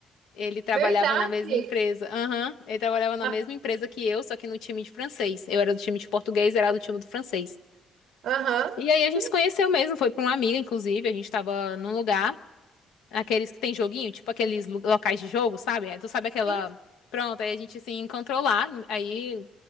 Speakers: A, on the left; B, on the right.
A: Ele trabalhava
B: Verdade.
A: na mesma empresa. Aham, ele trabalhava na
B: Na-
A: mesma empresa que eu, só que no time de francês. Eu era do time de português, era do time do francês.
B: Aham,
A: E aí a gente
B: Que,
A: se conheceu mesmo, foi pra uma amiga, inclusive, a gente tava num lugar, aqueles que tem joguinho, tipo aqueles lu- locais de jogo, sabe? Aí tu sabe aquela.
B: sim,
A: Pronto, aí a gente se encontrou lá, aí